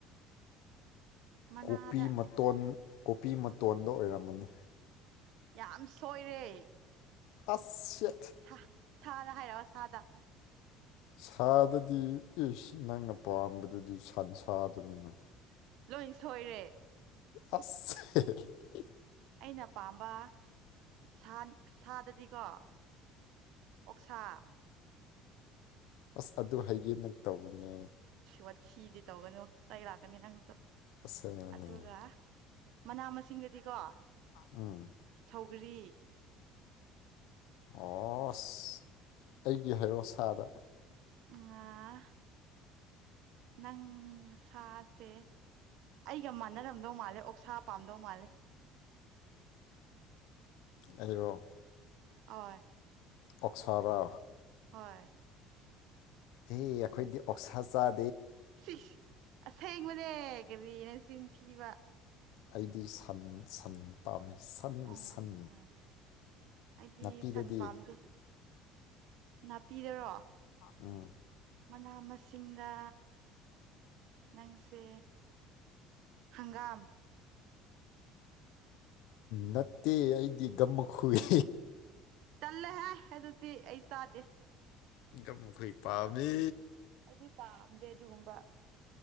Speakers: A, on the right; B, on the left.
A: ꯃꯅꯥꯗ
B: ꯀꯣꯄꯤ ꯃꯇꯣꯟ ꯀꯣꯄꯤ ꯃꯇꯣꯟꯗꯣ ꯑꯣꯏꯔꯝꯃꯅꯤ
A: ꯌꯥꯝ ꯁꯣꯏꯔꯦ
B: ꯑꯁ ꯁꯦꯠ
A: ꯁꯥ ꯁꯥꯗ ꯍꯥꯏꯔꯛꯑꯣ ꯁꯥꯗ
B: ꯁꯥꯗꯗꯤ ꯏꯁ ꯅꯪꯅ ꯄꯥꯝꯕꯗꯨꯗꯤ ꯁꯟꯁꯥꯗꯨꯅꯤꯅꯦ
A: ꯂꯣꯏꯟ ꯁꯣꯏꯔꯦ
B: ꯑꯁ ꯍꯦ
A: ꯑꯩꯅ ꯄꯥꯝꯕ ꯁꯥ ꯁꯥꯗꯗꯤꯀꯣ ꯑꯣꯛꯁꯥ
B: ꯑꯁ ꯑꯗꯨ ꯍꯥꯏꯒꯦꯅ ꯇꯧꯕꯅꯦ
A: ꯋꯥꯊꯤꯗꯤ ꯇꯧꯒꯅꯣ ꯆꯩ ꯂꯥꯛꯀꯅꯤ ꯅꯪꯁꯨ
B: ꯑꯁꯦꯡꯕꯅꯦ
A: ꯑꯗꯨꯒ ꯃꯅꯥ ꯃꯁꯤꯡꯗꯗꯤꯀꯣ
B: ꯎꯝ
A: ꯁꯧꯒ꯭ꯔꯤ
B: ꯑꯣꯁ ꯑꯩꯒꯤ ꯍꯥꯏꯔꯣ ꯁꯥꯗ
A: ꯎꯝ ꯑꯥ ꯅꯪ ꯁꯥꯁꯦ ꯑꯩꯒ ꯃꯥꯟꯅꯔꯝꯗꯧ ꯃꯥꯜꯂꯦ ꯑꯣꯛꯁꯥ ꯄꯥꯝꯗꯧ ꯃꯥꯜꯂꯦ
B: ꯑꯩꯔꯣ
A: ꯑꯣꯢ
B: ꯑꯣꯛꯁꯥꯔꯣ
A: ꯍꯣꯏ
B: ꯑꯦ ꯑꯈꯣꯏꯗꯤ ꯑꯣꯛꯁꯥ ꯆꯥ
A: ꯁꯤꯁ ꯑꯁꯦꯡꯕꯅꯦ ꯀꯔꯤ ꯅꯆꯤꯟ ꯊꯤꯕ
B: ꯑꯩꯗꯤ ꯁꯟ ꯁꯟ ꯄꯥꯝꯃꯦ ꯁꯟꯒꯤ
A: ꯑꯣ
B: ꯁꯟ
A: ꯑ ꯑꯩꯗꯤ
B: ꯅꯥꯄꯤꯗꯗꯤ
A: ꯁꯟ ꯄꯥꯝꯗꯦ ꯅꯥꯄꯤꯗꯔꯣ
B: ꯎꯝ
A: ꯃꯅꯥ ꯃꯁꯤꯡꯗ ꯅꯪꯁꯦ ꯍꯪꯒꯥꯝ
B: ꯅꯠꯇꯦ ꯑꯩꯗꯤ ꯒꯝ ꯈꯨꯨꯏ
A: ꯇꯜꯂꯍꯦ ꯑꯗꯨꯗꯤ ꯑꯩ ꯆꯥꯗꯦ
B: ꯒꯝ ꯃꯈꯨꯢ ꯄꯥꯝꯃꯦ
A: ꯑꯩꯗꯤ ꯄꯥꯝꯗꯦ ꯑꯗꯨꯒꯨꯝꯕ